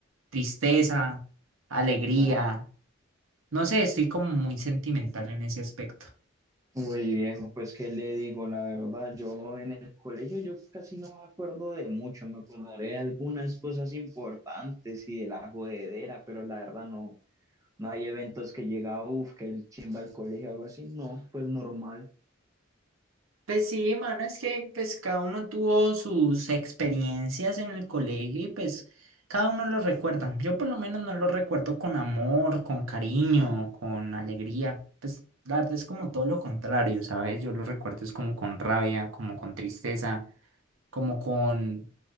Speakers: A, on the right; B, on the right.
A: tristeza, alegría.
B: Ah,
A: No sé, estoy como muy sentimental en ese aspecto.
B: Güey, viejo, pues qué le digo, la verdad, yo en el colegio yo casi no me acuerdo de mucho, me acordaré de algunas cosas importantes y de la jodedera, pero la verdad no, no hay eventos que llega, uff, que el chimba al colegio, algo así, no, pues normal.
A: Pues sí, mano, es que pues cada uno tuvo sus experiencias en el colegio y pues cada uno lo recuerda. Yo por lo menos no lo recuerdo con amor, con cariño, con alegría. Pues la verdad es como todo lo contrario, ¿sabes? Yo lo recuerdo es como con rabia, como con tristeza, como con,